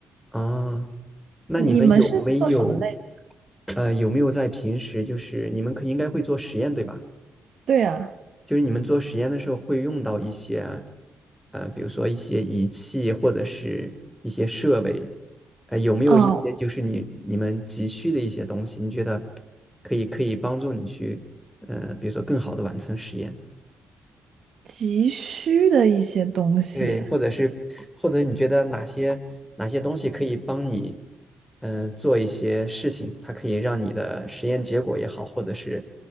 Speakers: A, in the centre; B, on the right.
A: 啊，那你们有没有，
B: 你们是做什么类的？
A: 呃，有没有在平时就是你们可应该会做实验对吧？
B: 对呀，
A: 就是你们做实验的时候会用到一些，呃，比如说一些仪器或者是一些设备，呃，有没有一些就是你你们急需的一些东西？
B: 哦，
A: 你觉得可以可以帮助你去，呃，比如说更好的完成实验，
B: 急需的一些东西。
A: 对，或者是或者你觉得哪些哪些东西可以帮你，嗯、做一些事情，它可以让你的实验结果也好，或者是